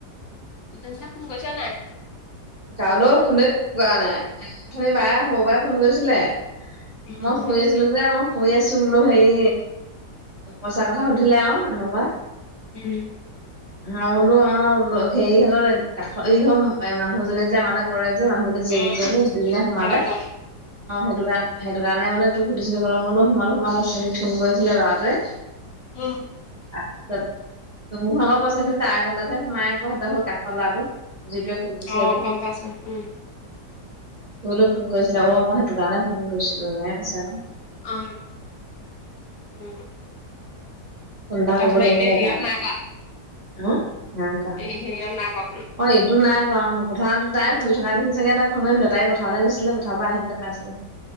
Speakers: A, on the left; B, on the right.
A: ইজন চাক ফন কৰিছা নাই
B: তালৈ ফোনে কৰা নাই অথনি বায়ে সৰু বায়ে ফোন কৰিছিলে
A: উম
B: মই
A: সেইবুলি
B: শুই
A: কৈছো
B: আছিলো যে মোহ শুই আছো বোলো হেৰি পইচা কথা সুধিলে আৰু এনেকুৱা
A: উম
B: মই বোলো অ ওল অল সেৰিহঁতৰ কাষ এই হ আ মানুহৰ যোনে যে আমালে কৰে যে মানুহজনী জীয়েক
A: অ
B: দুজনী দুজনে সোমালে,
A: সিহঁতৰ ঘৰ
B: অ সেইটো কাৰণ সেইটো কাৰণে বোলে তোক সুধিছিল কলে মই বোলো সোমালো সোমালে ফোন কৰিছিলে লৰাটোৱে।
A: উম।
B: তাপিছত মোনোভাগৰ পইচাখিনি তাৰ একাউণ্টতহে সোমাই আক সিহঁতৰ ঘৰৰ কাষৰ লৰাটো যিটোৱে খুলি দিছে
A: অ
B: এইবোৰ
A: গম পাইছোঁ উম।
B: মই বোলো ফোন কৰিছিলা অ মই সেইটো কাৰণে ফোন কৰিছিলো, এনেকে কৈছে আক
A: অ উম
B: ফোন এটা
A: তাৰপিছত
B: কৰিব লাগিব
A: এনে হেৰিয়ত
B: তালে
A: নাই কৰা
B: অ! নাই কোৱা,
A: এই হেৰিয়ত নাই কৰা ফোন
B: অ এইটো নাই কোৱা কথাটো তাই
A: অ
B: শুই থকা দেখি চাগে তাই নুসোধিলে তাই পথাৰলে গৈছিলে পথাৰৰপৰা আহিপেলে পাইছিলেহি,